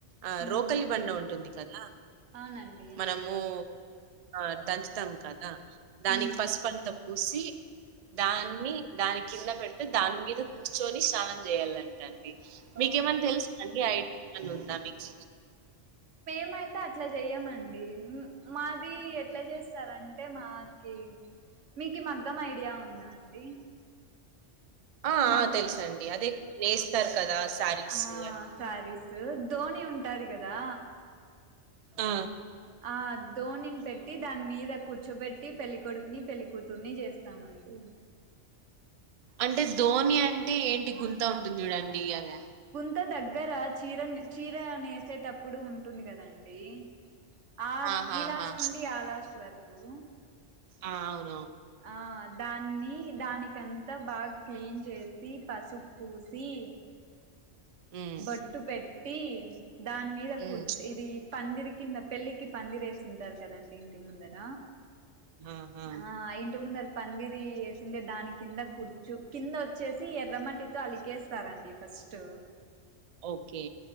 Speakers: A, on the right; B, on the right.
A: ఆ
B: మ్మ్.
A: రోకల్లి బండ ఉంటుంది కదా
B: అవునండి
A: మనము ఆ దంచుతాం కదా దానికి
B: మ్మ్.
A: పసుపు అంతా పూసి దాన్ని దాని కింద పెడితే దాని మీద కూర్చొని స్నానం చేయాలంట అండి మీకేమన్నా
B: ఓ
A: తెలుసా అండి ఐడియా ఏమన్నా ఉందా మీకు
B: మేమైతే అట్లా చెయ్యమండి మాది ఎట్లా చేస్తారంటే మాకి మీకు మగ్గం ఐడియా ఉందా అండి
A: ఆ
B: మగ్
A: ఆ తెల్సండి అదే నేస్తారు కదా? శారీస్
B: ఆ
A: అని
B: సారిస్ డు ధోని ఉంటాది కదా
A: ఆ
B: ఆ దోనిని పెట్టి దాని మీద కూర్చోబెట్టి పెళ్లి కొడుకుని పెళ్లి కూతుర్ని చేస్తామండి
A: అంటే ధోని అంటే ఏంటి గుంత ఉంటుంది చూడండి ఇయదా
B: గుంత దగ్గర చీర చీర నేసేటప్పుడు ఉంటుంది కదండి ఆ
A: ఆహాహా
B: ఈ లాస్ట్ నుండి ఆ లాస్ట్ వరకు రువ్వు
A: ఆ అవును
B: ఆ అం దాన్ని దానికంతా బాగా క్లీన్ చేసి పసుపు పూసి
A: ఉమ్
B: బొట్టు పెట్ ట్టి దాన్మీద కూర్చ్
A: ఉమ్
B: ఇది పందిరి కింద పెళ్ళికి పందిర వేసింటారు కదండి ఇంటి ముందర
A: ఆహా
B: ఆ ఇంటి ముందర పందిరి వేసిండే దాని కింద కూర్చు కింద వచ్చేసి ఎర్రమట్టితో అలికేస్తారండి ఫస్ట్
A: ఓకే